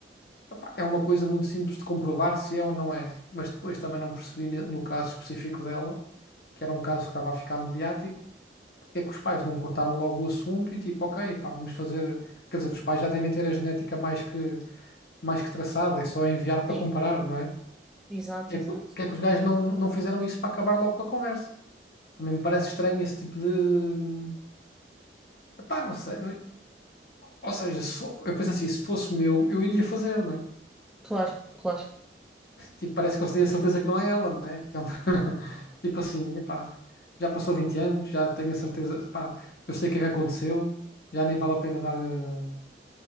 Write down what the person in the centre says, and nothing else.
Sim,
exato,
exato.
Claro, claro.